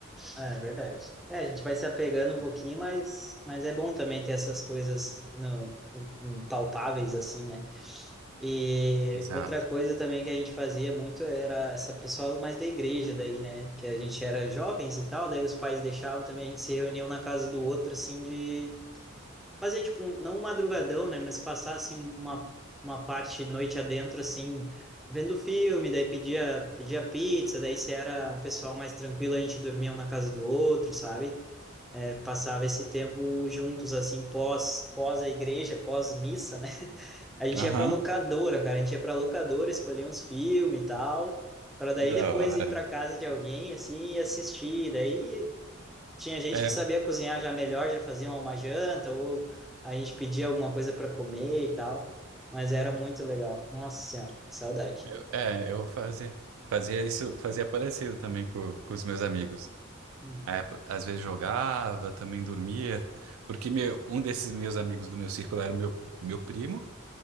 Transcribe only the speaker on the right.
Exato.
Aham,
que da
hora.
É,
eu, é, eu fazia, fazia isso, fazia parecido também com, com os meus amigos.
É, às vezes jogava, também dormia, porque meu, um desses meus amigos do meu círculo era o meu, meu primo,